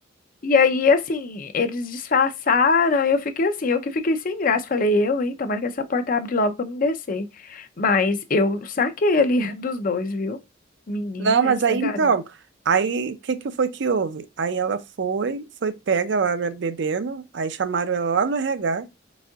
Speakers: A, on the left; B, on the right.
A: E aí, assim, eles disfarçaram, e eu fiquei assim, eu que fiquei sem graça. Falei, eu, hein, tomara que essa porta abre logo pra eu me descer. Mas eu saquei ali <laughs> dos dois, viu? Menina,
B: Não, mas
A: essa
B: aí
A: garota.
B: então, aí o que que foi que houve? Aí ela foi, foi pega lá, né, bebendo, aí chamaram ela lá no RH.